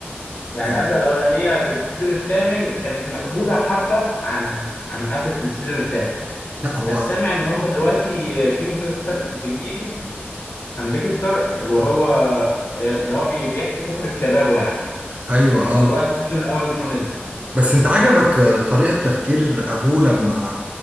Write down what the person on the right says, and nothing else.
يعني
لا هو
ايوه اه
بس انت عجبك آه، طريقة تفكير ابوه لما